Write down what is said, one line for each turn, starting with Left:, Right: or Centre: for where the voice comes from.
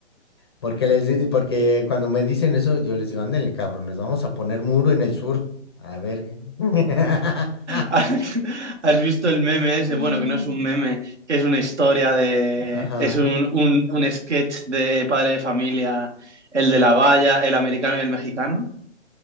Left: Porque les, di- porque cuando me dicen eso, yo les digo, ándenle, cabrones, vamos a poner muro en el sur. A ver. qué". <laughs>
Right: ¿Has has visto el meme ese?
Left: Mm.
Right: Bueno, que no es un meme, que es una historia de...
Left: Ajá.
Right: Es un, un, un sketch de padre de familia, el de la valla, el americano y el mexicano.